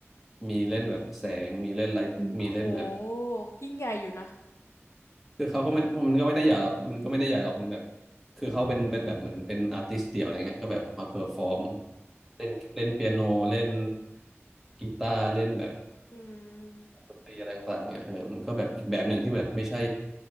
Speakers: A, in the centre; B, on the left.
A: มีเล่นแบบแสงมีเล่นไลท์มีเล่นแบบ
B: โหยิ่งใหญ่อยู่นะ
A: คือเขาก็มันมันก็ไม่ได้ใหญ่หรอกมันก็ไม่ได้ใหญ่หรอกมันแบบคือเขาเป็นเป็นแบบเหมือนเป็นอาร์ติสต์เดี่ยวอะไรเงี้ยก็แบบมาเพอร์ฟอร์มเล่นเล่นเปียโนเล่นกีตาร์เล่นแบบ
B: อืม
A: ดนตรีอะไรต่างๆเงี้ยเออมันก็แบบอีกแบบหนึ่งที่แบบไม่ใช่